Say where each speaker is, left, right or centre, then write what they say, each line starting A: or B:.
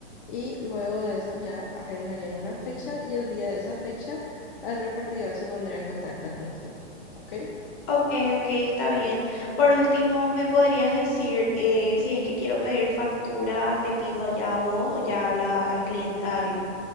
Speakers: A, on the left; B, on the left.
A: y luego de eso ya agendarían una fecha y el día de esa fecha el repartidor se pondría en contacto con usted, ¿ok?
B: Ok, ok, está bien. Por último, ¿me podrías decir eh, si es que quiero pedir factura, te pido allá a vos o ya a la, al cliente, al,